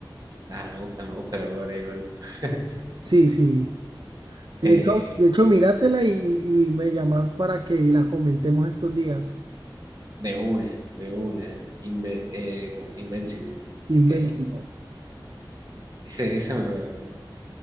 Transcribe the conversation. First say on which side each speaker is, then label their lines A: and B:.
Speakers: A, on the right; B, on the right.
A: ah, me gusta, me gusta la gore igual, <laughs>
B: Sí, sí. De
A: eh,
B: hecho, de hecho, míratela y, y- y me llamas para que la comentemos estos días.
A: de una, de una, Inve- eh, Invincible,
B: Invencible.
A: ok, ese, ese me,